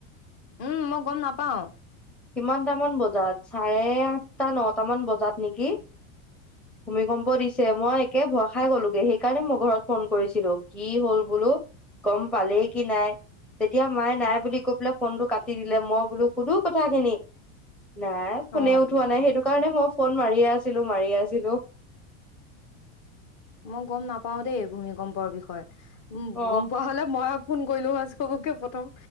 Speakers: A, on the left; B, in the centre.
A: উম মই গম নাপাও
B: কিমানটামান বজাত চাৰে আঠটা নটামান বজাত নেকি ভূমিকম্প দিছে মই একে ভৰ খাই গলোগে সেইকাৰণে মই ঘৰত ফোন কৰিছিলো কি হল বোলো গম পালেই কি নাই তেতিয়া মায়ে নাই বুলি কৈ পেলাই ফোনটো কাটি দিলে মই বোলো কুধো কথাখিনি নাই ফোনে
A: অ
B: উঠোৱা নাই সেইটো কাৰণে মই ফোন মাৰিয়ে আছিলো, মাৰিয়ে আছিলো।
A: মই গম নাপাও দেই ভূমিকম্পৰ বিষয়ে। উম
B: অ
A: গম পোৱা হলে মই আপোন কৈলো হৈ চবকে থম